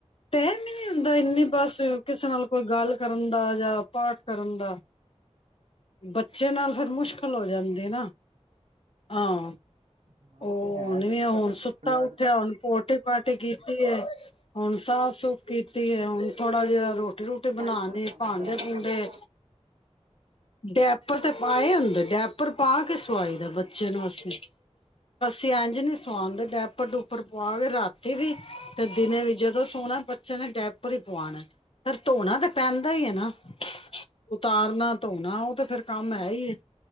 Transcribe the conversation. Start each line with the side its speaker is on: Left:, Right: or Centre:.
Left: ਟੈਮ ਹੀ ਨਈਂ ਹੁੰਦਾ, ਇੰਨੀ ਬਸ ਕਿਸੇ ਨਾਲ ਕੋਈ ਗੱਲ ਕਰਨ ਦਾ ਜਾਂ ਪਾਠ ਕਰਨ ਦਾ ਬੱਚੇ ਨਾਲ ਫਿਰ ਮੁਸ਼ਕਿਲ ਕਲ ਹੋ ਜਾਂਦੇ ਨਾ। ਹਾਂ।
Right: ਹਾਂ,
Left: ਉਹ
Right: ਤੇ ਹੈ
Left: ਨਈਂ
Right: ਦੇਖੋ
Left: ਨੀਂ ਹੁਣ
Right: ਪਤਾ ਚੱਲਿਆ
Left: ਸੁੱਤਾ
Right: ਅੱਜ
Left: ਉੱਠਿਆ ਉਹਨੂੰ ਪੋ ਟੀ ਪਾਟੀ ਕੀਤੀ ਐ, <unintelligible> ਹੁਣ ਸਾਫ਼ ਸੁਫ਼ ਕੀਤੀ
Right: ਕੱਲ੍ਹ
Left: ਐ, ਹੁਣ ਥੋੜਾ ਜਿਹਾ ਰੋਟੀ ਰੂਟੀ
Right: ਡਾਈਪਰ
Left: ਬਣਾਣੀ
Right: ਪਾ ਲਿਆ
Left: ਪਾਂਡੇ
Right: ਕਰੋ ਨਾ
Left: ਪੂੰਡੇ
Right: ਤੁਹਾਨੂੰ ਪਤਾ
Left: ਡੈਪਰ ਤੇ ਪਾਏ ਹੁੰਦੇ ਡੈਪਰ ਪਾ ਕੇ ਸਵਾਈ ਦਾ ਬੱਚੇ ਨੂੰ ਅਸੀਂ ਅੱਸੀ ਇੰਝ ਨੀ ਸੁਆਂਦੇ ਡੈਪਰ ਡੁਪਰ ਪੁਆ ਕੇ ਰਾਤੀ ਵੀ ਤੇ ਦਿਨੇ ਵੀ, ਜਦੋਂ ਸੋਣਾ ਬੱਚੇ ਨੇ ਡੈਪਰ ਹੀ ਪੁਆਣਾ ਫਿਰ ਧੋਣਾ ਤਾਂ ਪੈਂਦਾ ਐ ਨਾ। ਉਤਾਰਨਾ ਧੋਣਾ ਉਹ ਤੇ ਫਿਰ ਕੰਮ ਹੈ ਈ ਐ।